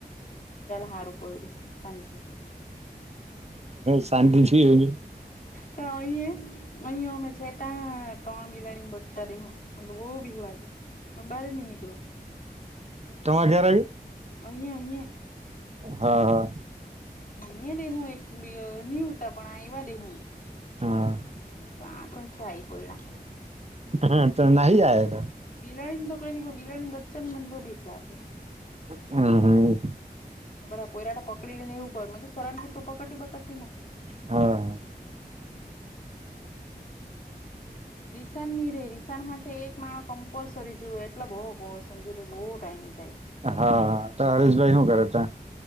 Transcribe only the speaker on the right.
શાંતિ છે એની.
તમા ગ્યારજ કે?
હા હા.
હા
હા તો નહી જાય એ તો.
હ હા.
હા.
હા તો હરેશભાઈ શું કરે હતા.